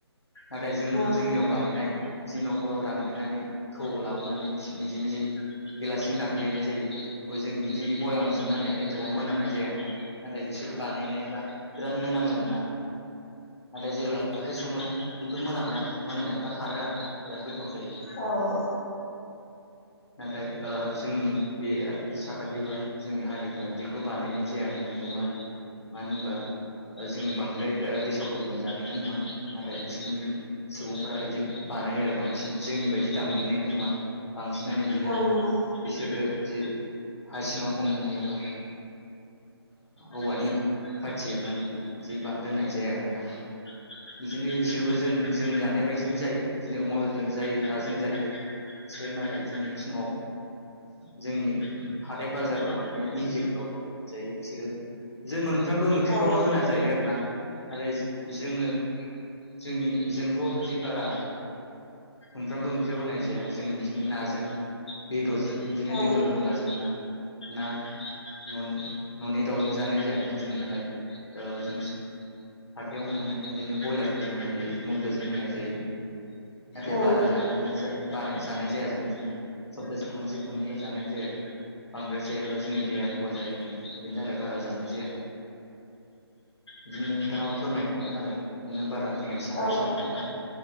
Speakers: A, on the left; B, on the left.
A: नाथाय जों
B: ओं
A: जोंनियाव बानायनाय जि न'खराव दांगग्लिनानै थौआव लाबोनानै मिजि मिजि गिलासजों दांग्लिनाय जायो जों बिदि बयामाव सोना होनाय एथ'बां मोनामनाय जाया आरोना नाथाय बिसोर बानायनायफ्रा बिराद मोनामो आर ना नाथाय जेब्ला ओंख्रि सङो बेफोर मोन मोनामनायफ्रा खारो आरो ना बिराद गोथाव जायो
B: औ औ।
A: नाथाय जोंनि बे साखाथि बा जोंनि हारि बिदिखौ बानायनाय जाया आरोना नुवा मानो होनबा जों बांद्राय गेसाव गोफोन जानायखौ नुवा नाथाय बिसोरनि सुबुंफोरा बिदि बानायो आरो बांसिन जोंनि बायदि दांलिंनायखौ नुवा बांसिनानो बिदिनो
B: ओं औ ओं ओं
A: बिसोरो जि हा सिङाव फबनानै एबा ओ औवानि खाथि हेबनानै बिदि दोननाय जाया आरोना बिदिनो बिसोरबो जों जों जानाय बायदिनो जायो बिदिनो अमा बेदरजों जायो नाजों जायो बिसोरो नाथाय बिदिनो फुङाव जोंनि हाथाय बाजारफ्राव मे मेजि औ औ बिसोरो जे मोन फ्रामबो ओंख्रिफ्रावनो
B: औ
A: होना जायो आरो ना। आरो जोङो जोंनि जोंथ' बिदि बारा मोनफ्रोमबो ओंख्रियाव होनाय जाया जोंङो बिदिनो नाजों बेदर जों दिनै
B: औ
A: बेदर होनब्ला जोंना ना ननि ननि दाउजों जानाय जाया बिनो जों नाथाय ओ जों हाथायाव मोननाय बिदिनो बयलारफोरजों होनाय जायो, अमा बेदरजों होनाय जायो नाथाय
B: औ
A: बारा जानाया जा बानाय जानाय जाया जों बिदिनो सप्तासे खनसे खननैल' जानाय जायो, बांद्राय जायोब्ला जोंनि देहा ख खहा जायो बेनि थाखाय बारा जानाय जाया, बिदिनो नोंथाङा फोरमायखाबाय नालाय बेखायनो बारा फोरमायनो सानाखिसै
B: औ
A: आं नोंथां